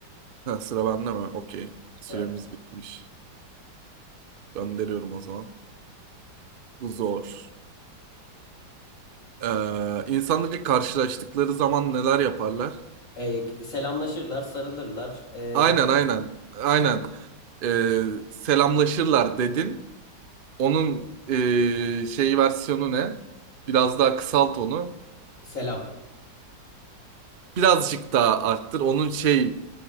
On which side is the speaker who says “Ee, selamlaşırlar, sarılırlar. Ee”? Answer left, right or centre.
Left